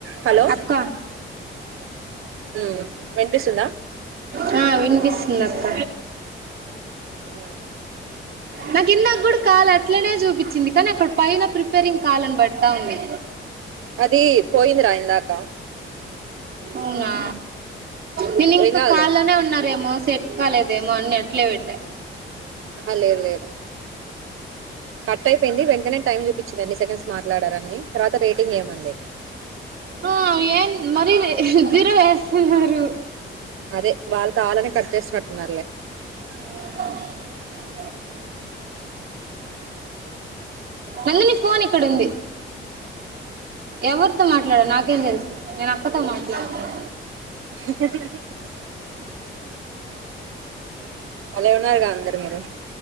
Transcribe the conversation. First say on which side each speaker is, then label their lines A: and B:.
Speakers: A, on the right (about 80°); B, on the right (about 65°).
A: హలో
B: అక్క
A: ఉమ్ వినిపిస్తుందా
B: హా వినిపిస్తుంది అక్క
A: హ్
B: మాకు ఇందక కూడా కాల్ అట్లనే చూపించింది కానీ అక్కడ పైన ప్రిపేరింగ్ కాలను బడతా ఉంది
A: అది పోయిందిరా ఇందాకా
B: అవునా నేను ఇంకా
A: ఏం కాదులే
B: కాల్లోనే ఉన్నారేమో సేట్ కాలేదేమో అన్నీ అట్లే పెట్టా
A: ఆహా లేదు లేదు కట్ అయిపోయింది. వెంటనే టైం చూపించింది. ఏన్ని సెకండ్స్ మాట్లాడారని తర్వాత రేప్ టికి ఏముంది
B: ఆ ఏం మరి ఇ హ జీరో వేస్తున్నారు.
A: అదె వాళ్ళతో ఆళ్ళనె కట్ చేసినట్టున్నారులే <unintelligible>
B: అ
A: అ
B: నందిని ఫోన్ ఇక్కడుంది ఎవరితో మాట్లాడానో నాకేం తెలుసు నేను అక్కతో మాట్లాడుతునా
A: <unintelligible> భలే ఉన్నార్ర అందరు మీరు